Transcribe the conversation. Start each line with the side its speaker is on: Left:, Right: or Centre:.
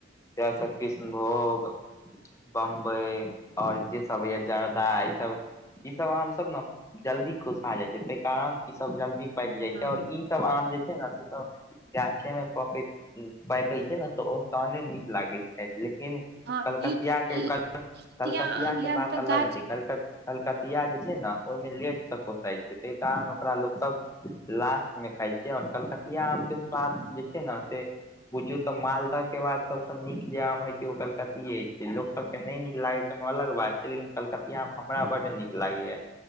Left: ज कृष्ण भोग बम्बई और जे सब हो य जर्दा ई सब। ई सब आमसभ ने जल्दी कोसा जाइ छै ताहि कारण ई सब जल्दी पाकि
Right: हँ
Left: जाइ छै और ई सब आम जे छै ने से सब गाछेमे पकैत पकैत छै ने तऽ ओ तहने नीक लागैत छथि लेकिन।
Right: हँ
Left: कलकतिया
Right: ई ई
Left: के ल
Right: कलकतिया
Left: कलकतियाके
Right: आम यार
Left: बात
Right: तऽ
Left: अलग
Right: गाछ
Left: छै कलकति कलकतिया जे छै ने ओहिमे लेटसँ कोसाइत छै ताहि कारण ओकरा लोक सब लास्टमे खाइ छै आओर कलकतिया आमके स्वाद जे छै ने से बुझौ तऽ मालदह के बाद सबस नीक जे आम हय के कलकतिये छै लोक सब के ने नीक लागे छ ओ अलग बात छै लेकिन कलकतिया में हमरा बड नीक लागैया